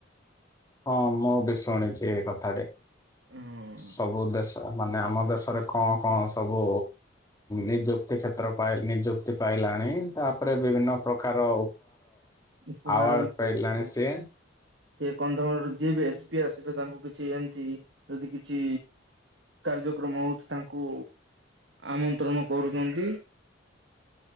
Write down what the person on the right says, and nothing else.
ହୁଁ
ହୁଁ
ଉପହାର
ବି ପ୍ରାପ୍ତ
କଲେଣି।
ସେ କନ୍ଧମାଳରୁ ଯିଏ ବି ଏସ୍ ପି ଆସିବ ତାଙ୍କୁ କିଛି ଏମିତି ଯଦି କିଛି କାର୍ଯ୍ୟକ୍ରମ ହଉଛି ତାଙ୍କୁ ଆମନ୍ତ୍ରଣ କରୁଛନ୍ତି।